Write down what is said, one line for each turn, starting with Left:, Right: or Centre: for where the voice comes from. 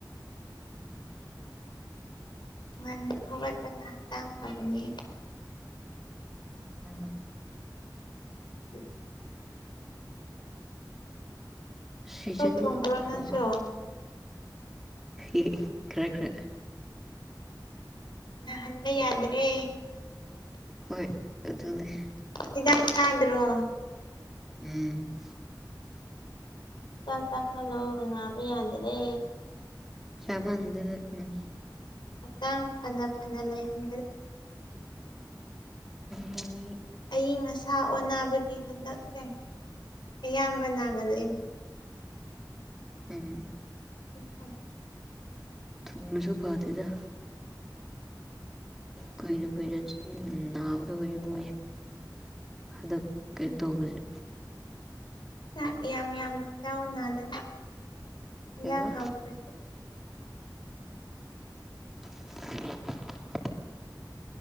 Left: ꯉꯟꯅ ꯍꯧꯒꯠꯄꯅ ꯍꯛꯆꯥꯡ ꯐꯕꯅꯤ
Centre: ꯃꯥꯅꯤ
Left: <inaudible>
Centre: ꯁ꯭ꯖꯟ
Left: ꯆꯥꯛ ꯊꯣꯡꯕ꯭ꯔꯣ
Centre: ꯍꯕ
Left: ꯅꯪꯁꯨ
Centre: ꯑꯦ ꯈꯔꯥ ꯈꯔꯥ
Left: ꯅ ꯍꯜꯦ ꯌꯥꯗ꯭ꯔꯦ
Centre: ꯍꯣꯏ ꯑꯗꯨꯅꯦ
Left: ꯍꯤꯗꯥꯛ ꯆꯥꯗ꯭ꯔꯣ
Centre: ꯎꯝ
Left: ꯆꯠ ꯆ ꯆꯂꯣꯕꯅꯥꯕ ꯌꯥꯗ꯭ꯔꯦ
Centre: ꯆꯃꯥꯟꯗ ꯎꯝ
Left: ꯍꯛꯆꯥꯡ ꯐꯅ ꯐꯅ ꯂꯩꯍꯟ
Centre: ꯃꯅꯤ
Left: ꯑ ꯉ ꯁꯥ ꯑꯣꯟꯅꯕꯒꯤ ꯍꯟꯗꯛꯁꯦ ꯑꯌꯥꯝꯕ ꯅꯥꯒꯂ
Centre: ꯍꯝ
Left: ꯍ
Centre: ꯊꯝꯃꯁꯨ ꯐꯥꯗꯦꯗ ꯀꯣꯏꯅ ꯀ ꯅꯅꯥꯕꯗ ꯀꯕꯨ ꯑꯗ ꯀꯩ ꯇꯧꯕꯁꯦ
Left: ꯆꯥꯛ ꯌꯥꯝ ꯌꯥꯝ ꯆꯥꯎ ꯅꯥꯗꯅ ꯏꯟꯖꯥꯡ
Centre: ꯀꯩꯕ
Left: ꯍꯥꯎꯄꯁꯨ
Centre: ꯑ